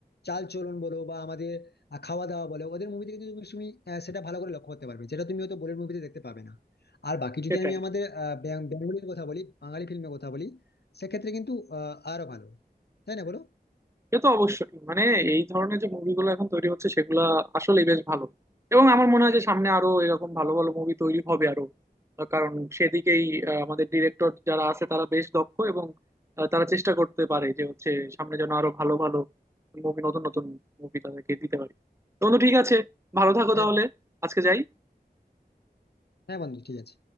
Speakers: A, on the left; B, on the right.
A: চাল চলন বলো বা আমাদের আর খাওয়া দাওয়া বলো ওদের মুভিতে কিন্তু তুমি তুমি, আহ, সেটা ভালো করে লক্ষ্য করতে পারবে যেটা তুমি হয়তো বলিউড মুভিতে দেখতে পাবে না আর বাকি
B: সেটাই
A: যদি আমি আমাদের আহ, ব্যাং- বেঙ্গলির কথা বলি বাঙালি ফিল্মের কথা বলি সেক্ষেত্রে কিন্তু আহ, আরো ভালো তাই না বলো
B: সে তো অবশ্যই মানে এই ধরনের যে মুভিগুলো এখন তৈরি হচ্ছে সেগুলা আসলে বেশ ভালো এবং আমার মনে হয় যে সামনে আরো এরকম ভালো ভালো মুভি তৈরি হবে আরো আহ, কারণ সেদিকেই আহ, আমাদের ডিরেক্টর যারা আছে তারা বেশ দক্ষ এবং আহ, তারা চেষ্টা করতে পারে যে হচ্ছে সামনে যেন আরো ভালো ভালো মুভি নতুন নতুন মুভি তাদেরকে দিতে পারি তো বন্ধু ঠিক আছে ভালো থাকো
A: হ্যাঁ
B: তাহলে আজকে যাই
A: হ্যাঁ বন্ধু ঠিক আছে